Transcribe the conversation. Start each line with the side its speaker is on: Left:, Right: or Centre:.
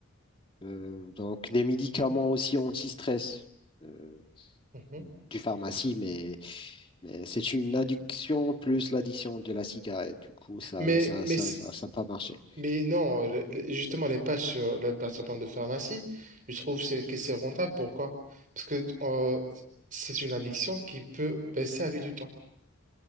Left: euh, donc des médicaments aussi anti-stress euh,
Right: Mhm.
Left: du pharmacie, mais. Mais c'est une addiction plus l'addiction de la cigarette. Du coup, ça,
Right: Mais,
Left: ça,
Right: mais
Left: ça, ça, ça a pas marché.
Right: Mais non, le- le- justement, les pages sur la plateforme de pharmacie, je trouve c'est- que c'est rentable. Pourquoi? Parce que euh, c'est une addiction qui peut baisser avec du temps.